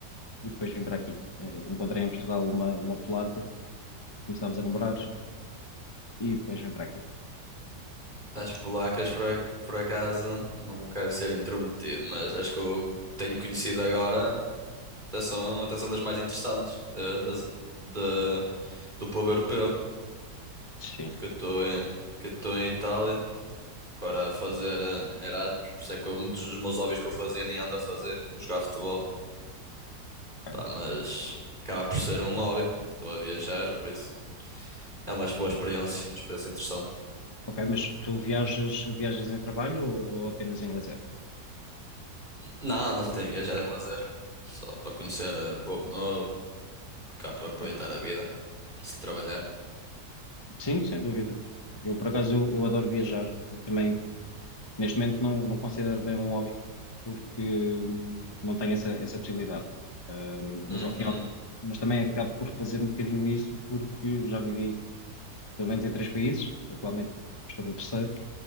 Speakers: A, on the left; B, on the right.
A: e depois vim para aqui. Eh, Encontrei em Portugal uma, uma polaca, começámos a namorar e depois vim para aqui.
B: As polacas, por, ac- por acaso, não quero ser intrometido, mas acho que eu tenho conhecido agora, até são, até são das mais interessantes eh, das- da- do povo europeu,
A: Sim,
B: que eu estou em, que eu estou em Itália, agora a fazer eh, Erasmus, por isso é que eu- muitos dos meus hobbies que eu fazia nem ando a fazer, como jogar futebol.
A: ok.
B: Pá, mas acaba por ser um hobby. Estou a viajar, por isso. É uma boa experiência, experiência interessante.
A: Ok, mas tu viajas, viajas em trabalho ou, ou apenas em lazer?
B: Não, não só tenho viajado em lazer. Só para conhecer eh, povo novo, cá para aproveitar
A: Ok.
B: a vida, de se trabalhar.
A: Sim, sem dúvida. Eu, por acaso, eu, eu adoro viajar e também, neste momento, não, não considero bem um hobby porque hum, não tenho essa, essa possibilidade. Hum, mas
B: Uhum,
A: ao fim, e ao- mas também acabo por fazer um bocadinho isso porque já vivi pelo menos em três países, atualmente estou no terceiro,